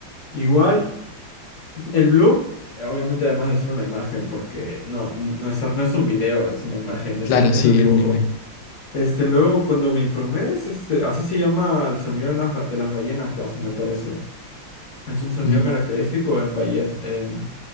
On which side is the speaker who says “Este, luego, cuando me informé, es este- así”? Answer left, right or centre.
Left